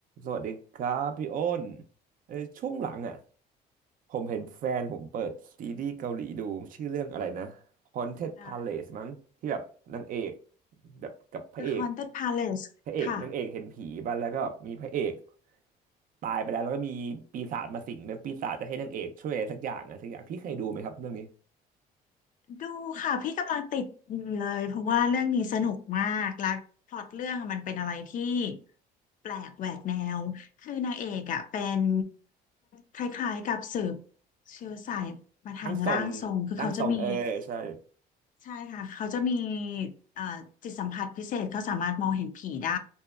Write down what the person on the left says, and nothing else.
ค่ะ
The Haunted Palace
ค่ะ
ดูค่ะพี่กำลังติดอยู่เลยเพราะว่าเรื่องนี้สนุกมากและพล็อตเรื่องมันเป็นอะไรที่แปลกแหวกแนวคือนางเอกอ่ะเป็นคล้ายคล้ายๆกับสืบเชื้อสายมาทางร่างทรงคือเขาจะมี
ใช่ค่ะเขาจะมีเอ่อจิตสัมผัสพิเศษเขาสามารถมองเห็นผีได้